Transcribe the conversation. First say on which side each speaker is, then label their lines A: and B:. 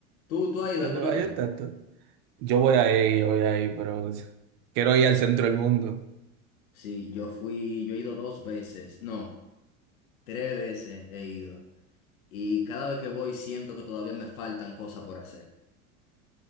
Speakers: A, on the left; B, on the right.
A: ¿Tú, tú has ido
B: En
A: alguna
B: Nueva
A: vez?
B: York está todo. Yo voy ahí, yo voy ahí, pero quiero ir al centro del mundo.
A: Sí, yo fui, yo he ido dos veces, no, tres veces he ido. Y cada vez que voy siento que todavía me faltan cosas por hacer.